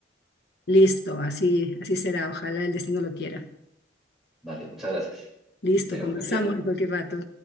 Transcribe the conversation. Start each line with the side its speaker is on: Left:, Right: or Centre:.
Left: Listo, así, así será, ojalá el destino lo quiera.
Centre: Vale, muchas gracias.
Left: Listo,
Centre: Que tengas
Left: conversamos
Centre: un buen día.
Left: en cualquier rato.